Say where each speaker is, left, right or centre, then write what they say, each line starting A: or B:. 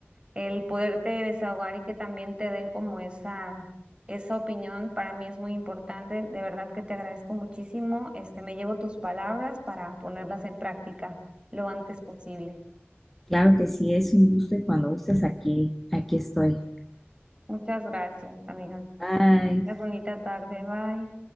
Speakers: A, on the right; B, in the centre.
A: el poderte desahogar y que también te den como esa esa opinión para mí es muy importante. De verdad que te agradezco muchísimo. Este, me llevo tus palabras para ponerlas en práctica lo antes posible.
B: Claro que sí, es un gusto y cuando gustes aquí, aquí estoy.
A: Muchas gracias, amiga.
B: Bye.
A: Tengas bonita tarde, bye.